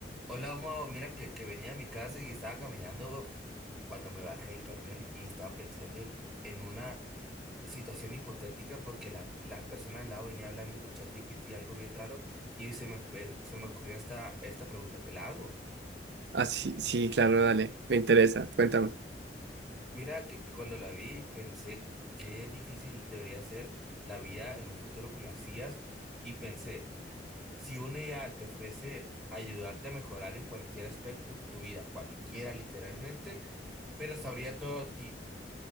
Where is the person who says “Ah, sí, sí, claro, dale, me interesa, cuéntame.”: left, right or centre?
Right